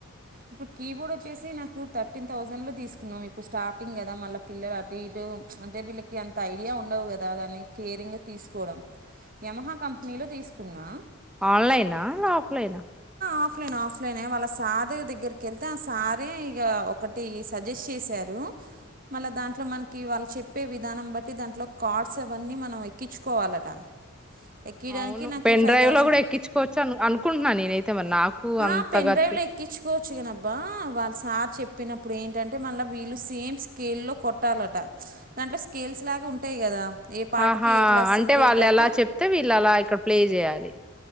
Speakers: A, on the right; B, in the centre.
A: ఇప్పుడు కీబోర్డ్ వచ్చేసి నాకు థర్టీన్ థౌసండ్ లో తీసుకున్నాం ఇప్పుడు స్టార్టింగ్ కదా మళ్ళీ పిల్లలు అటు ఇటు అంటే వీళ్ళకి అంత ఐడియా ఉండవు కదా దాన్ని కేరింగ్ తీసుకోవడం యమహా కంపెనీలో తీసుకున్నా
B: ఆన్లైనా ఆఫ్లైనా
A: ఆప్ నేను ఆఫ్లైనే వాళ్ళ సార్ దగ్ దగ్గరికి వెళ్తే ఆ సారే ఇక ఒకటి సజెస్ట్ చేశారు మళ్ళ దాంట్లో మనకి వాళ్ళు చెప్పే విధానం బట్టి దాంట్లో కార్డ్స్ అవన్నీ మనం ఎక్కించుకోవాలట ఎక్కియడానికి
B: అవును
A: నాకు
B: పెన్
A: ఫైవ్
B: డ్రైవ్
A: థౌజండ్
B: లో కూడా ఎక్కించుకోవచ్చు అ అనుకుంటున్నా నేనైతే మరి నాకు అంతగా
A: ఆ పెన్ డ్రైవ్
B: తె
A: లో ఎక్కించుకోవచ్చు కానబ్బా వాళ్ళ సార్ చెప్పినప్పుడు ఏంటంటే మళ్ళ వీళ్ళు సేమ్ స్కేల్ లో కొట్టాలట దాంట్లో స్కేల్స్ లాగా ఉంటాయి కదా ఏ పాటకి
B: ఆహా
A: ఎట్లా
B: అంటే
A: సెట్ అయ్యేటట్టు
B: వాళ్ళు ఎలా చెప్తే వీళ్ళు అలా ఇక్కడ ప్లే చేయాలి